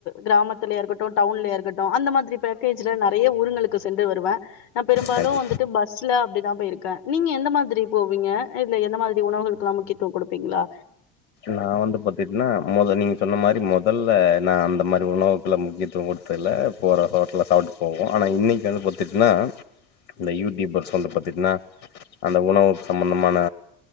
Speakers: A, on the left (about 85°); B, on the left (about 55°).
A: கிராமத் லேய இருக்கட்டு டவுன்லய இருக்கட்டு அந்த மாரி பேக்கேஜ்ல நெறைய ஊருங்களுக்கு சென்று வருவ நா பெரும்பாலும்
B: கண்டிப்பா
A: வந்துட்டு பஸ்ல அப்டிதா போயிருக்க நீங்க எந்த மாதிரி போவீங்க இதுல எந்த மாதிரி உணவுகளுக்கு எல்லா முக்கியத்துவம் குடுப்பீங்களா
B: நா வந்து பாத்தட்டுன்னா முத நீங்க சொன்ன மாதிரி முதல்ல நா அந்த மாரி உணவுக்குல்லா முக்கியத்துவம் குடுத்ததுல்ல போற ஹோட்டல்ல சாப்பிட்டு போவோம் ஆனா இன்னிக்கு வந்து பாத்திட்டுங்கன்னா இந்த யூடியூபர் வந்தீ பாத்தீட்னா அந்த உணவு சம்பந்தமான